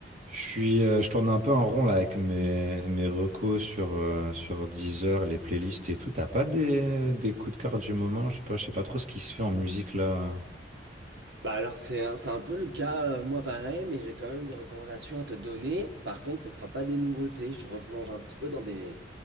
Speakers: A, on the right; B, on the right.
A: Je suis, euh, je tourne un peu en rond là avec mes, mes recos sur, euh, sur Deezer, les playlists et tout. T'as pas des, des coups de cœur du moment? Je sais pas, je sais pas trop ce qui se fait en musique là.
B: Bah alors c'est un, c'est un peu le cas, euh, moi pareil, mais j'ai quand même des recommandations à te donner. Par contre, ça sera pas des nouveautés. Je replonge un petit peu dans des,